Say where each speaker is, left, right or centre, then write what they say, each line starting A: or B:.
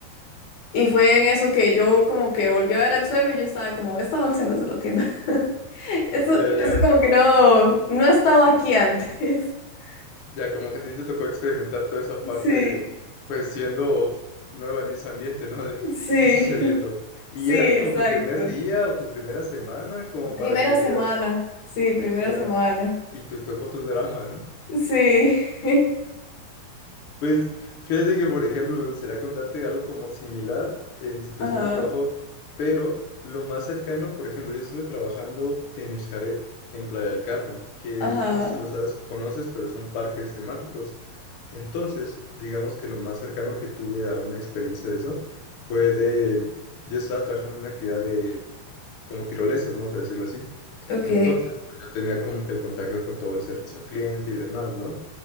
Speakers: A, on the left (about 55°); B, on the left (about 80°).
A: y fue en eso que yo como que volví a ver al suelo y yo estaba como, esta bolsa no es de la tienda. <laughs> Esto,
B: Ya, ya,
A: esto
B: ya.
A: como que no, no ha estado aquí antes. <laughs>
B: Ya, como que a ti te tocó experimentar toda esa parte,
A: Sí,
B: pues siendo nueva en ese ambiente, ¿no? De
A: sí,
B: qué está sucediendo. ¿Y
A: sí,
B: era como
A: exacto.
B: tu primer día o tu primera semana, como
A: Primera
B: para que digas,
A: semana, sí, primera
B: ya,
A: semana.
B: y te tocó tu drama, ¿no?
A: Sí, <laughs>
B: Pues fíjate que, por ejemplo, me gustaría contarte algo como similar en situaciones
A: ajá,
B: de trabajo, pero lo más cercano, por ejemplo, yo estuve trabajando en Xcaret, en Playa del Carmen, que
A: ajá,
B: es- no sé si lo sabes, conoces, pero son parques temáticos. Entonces, digamos que lo más cercano que tuve a una experiencia de eso fue de, yo estaba trabajando en una actividad de como tirolesas, vamos a decirlo así.
A: ok,
B: Entonces, pues yo tenía como que el contacto con todo el servicio al cliente y demás, ¿no?